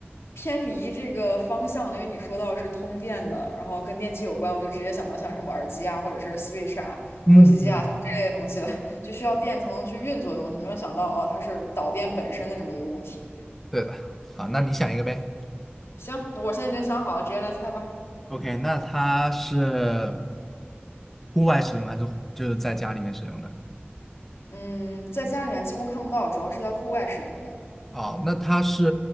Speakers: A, on the left; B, in the centre.
A: 偏离这个方向了，因为你说到是通电的，然后跟电器有关，我就直接想到像什么耳机啊，或者是 Switch 啊、
B: 嗯嗯，
A: 游戏机啊像这类东西了，<laughs> 就需要电才能去运作的东西，没有想到哦，它是导电本身的这么一个物体。
B: 对的，好，那你想一个呗。
A: 行，那我现在已经想好了，直接来猜吧。
B: OK，那它是户外使用还是就是在家里面使用的？
A: 嗯，在家里面几乎看不到，主要是在户外使用的，
B: 哦，那它是